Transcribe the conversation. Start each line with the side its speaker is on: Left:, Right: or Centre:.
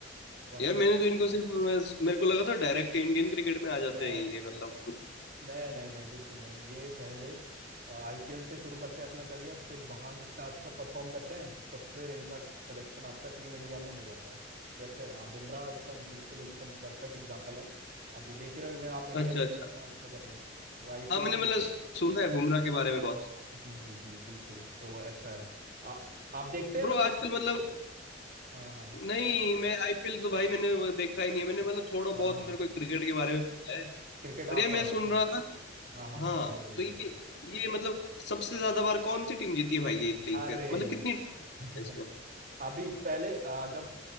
Right: वहीं
Left: यार
Right: से
Left: मैंने तो इनको सिर्फ मैं, मेरे को लगा था डायरेक्ट इंडियन क्रिकेट में आ जाते
Right: नहीं
Left: हैं ये मतलब
Right: नहीं नहीं नहीं बिल्कुल नहीं ये पहले आईपीएल से शुरू करते हैं अपना करियर फिर वहाँ जितना अच्छा परफॉर्म करते हैं तो फिर इनका सिलेक्शन आपका टीम इंडिया में हो जाता है जैसे हाँ, बुमराह एकदम बिल्कुल एकदम परफेक्ट एग्जाम्पल है अभी देख ही रहे होंगे आप इंडिया
Left: अच्छा
Right: के
Left: अच्छा
Right: लिए कितना अच्छा कर रहे हैं वो आईपीएल
Left: हाँ मैंने
Right: के
Left: मतलब सुना है बुमराह के बारे में बहुत
Right: जी जी जी बिल्कुल तो ऐसा है आ, आप देखते
Left: तो
Right: हैं
Left: ब्रो
Right: मतलब
Left: आजकल मतलब
Right: हाँ हाँ
Left: नहीं मैं आईपीएल तो भाई मैंने वो देखा ही नहीं है मैंने मतलब थोड़ा
Right: हाँ
Left: बहुत
Right: हाँ हाँ।
Left: मेरे को क्रिकेट के बारे में पता है
Right: क्रिकेट आप
Left: पर ये मैं
Right: हाँ
Left: सुन रहा था
Right: हाँ हाँ हाँ
Left: हाँ
Right: बोलो बोलो
Left: तो ये
Right: बोलो
Left: ये मतलब सबसे ज्यादा बार कौन सी टीम जीती है भाई ये लीग
Right: अरे
Left: फिर मतलब कितनी टीम
Right: <laughs>
Left: है इसमें
Right: अभी पहले आ, जब